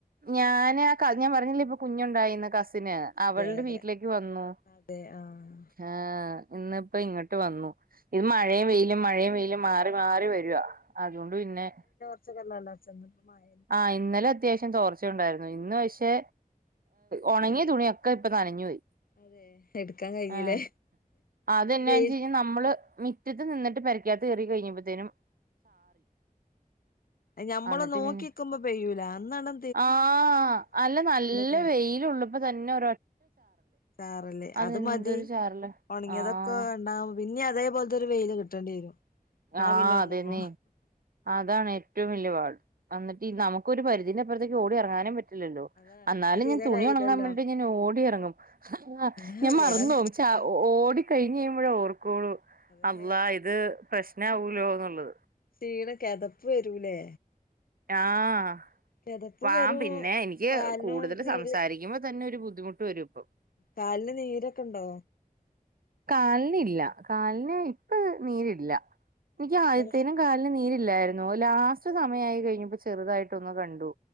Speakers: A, on the right; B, on the left.
A: ഞാൻ ഞാൻ പറഞ്ഞില്ലെ ഇപ്പൊ കുഞ്ഞുണ്ടായിന്ന് കസ് സിന് അവൾടെ
B: അതെ അതെ
A: വീട്ടിലേക്ക് വന്നു
B: അതെ ആഹ്
A: ആഹ് ഇന്നിപ്പോ ഇങ്ങോട്ട് വന്നു ഈ മഴയും വെയിലും മഴയും വെയിലും മാറി- മാറി മാറി
B: ആഹ്.
A: വരുവാ അതോണ്ട് പിന്നെ-
B: ഉച്ചക്ക്‌ എന്തോ ഉണ്ടാക്കി ചെന്നപ്പോ മയ
A: ആഹ് ഇന്നലെ- ശേഷം തൊർച്ച ഉണ്ടായിരുന്നു ഇന്ന് പക്ഷേ ഒണങ്ങിയ തുണിയൊക്കെ ഇപ്പൊ നനഞ്ഞു പൊയി
B: അതെ എടുക്കാൻ കഴിഞ്ഞില്ലേ
A: ആഹ് അതെന്നാവെച്ച്
B: വെയിൽ
A: കഴിഞ്ഞാൽ നമ്മള് മി മുറ്റത്ത് നിന്നിട്ട് പെരയ്ക്കാത്ത് കയറി കഴിഞ്ഞപ്പത്തേനും-
B: ഞമ്മള്
A: അന്നിട്ട്
B: നോക്കിക്കുമ്പോ
A: പിന്നെ
B: പെയ്യൂല അന്നാണ്-
A: ആഹ് അല്ല നല്ല
B: പെയ്യും
A: വെയിലുള്ളപ്പോത്തന്നെ-
B: ചാറല്
A: അതെന്തൊരു
B: അത് മതി
A: ചാറല്
B: ഒണങ്ങിയതൊക്കെ
A: ആഹ്
B: രണ്ടാ പിന്നെ അതേപോലത്തൊരു വെയില് കിട്ടേണ്ടി വരും എന്നാ
A: ആഹ്
B: പിന്നെ ഒണങ്ങോ
A: അതന്നെ അതാണ് ഏറ്റവും വല്യപാട് എന്നിട്ട് നമുക്ക് ഒരു പരിധീന്റെ അപ്പറത്തേക്ക് ഓടി എറങ്ങാനു പറ്റു- ല്ലല്ലോ
B: അതാ ഇങ്ങക്ക്
A: എന്നാലും
B: തീരെ
A: ഞാൻ തുണി
B: കയ്യൂലല്ലോ
A: ഒണങ്ങാൻ വേണ്ടിട്ട് ഞാൻ ഓടി എറങ്ങും ആ
B: ഉം
A: ഞാൻ മറന്നോവും
B: ഓടാൻ
A: ചാ ഓടി- കഴിഞ്ഞെഴിയുമ്പോഴാ ഓർക്കുള്ളൂ
B: അതെ
A: അള്ളാ ഇത് പ്രശ്നാവൂല്ലോന്നുള്ളത്
B: ക്ഷീണം കെതപ്പ് വരൂലേ
A: ആഹ്
B: കെതപ്പും
A: വാ
B: വരും
A: പിന്നെ എനിക്ക്
B: കാലിനും
A: കൂടുതൽ
B: നീര്
A: സംസാരിക്കുമ്പോ തന്നെ ഒരു ബുദ്ധി ട്ട് വരുപ്പം ഇപ്പം
B: കാലിന് നീരൊക്കെ ഇണ്ടോ?
A: കാലിനില്ല കാലിന് ഇപ്പ നീരില്ല എനിക്ക്
B: നീരിന്റെ
A: ആദ്യത്തേന്-
B: പ്രശ്നം
A: കാലിന് നീരില്ലായിരുന്നു ലാസ്റ്റ് സമയായി കഴിഞ്ഞപ്പോ ചെറുതായിട്ടൊന്ന് കണ്ടു